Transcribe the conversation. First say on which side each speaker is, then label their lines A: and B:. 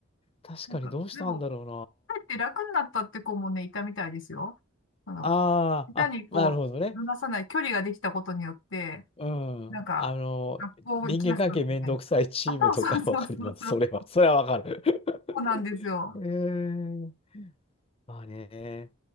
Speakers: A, on the left; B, on the left.
A: 確かにどうしたんだろ
B: なんか、でも、帰って楽になったって子もね、いたみたいですよ。あの、
A: うな。ああ、
B: 下手にこう、
A: あ、なるほどね。
B: 離さない距離ができたことによって、
A: うん。
B: なんか、
A: あの、
B: 学校行きやすくなったみたいな。
A: 人間関係めんどくさいチームとかわかります。
B: あ、そうそうそうそうそう、
A: それは、それはわかる。<laughs>
B: そうなんですよ。
A: へえ。まあね。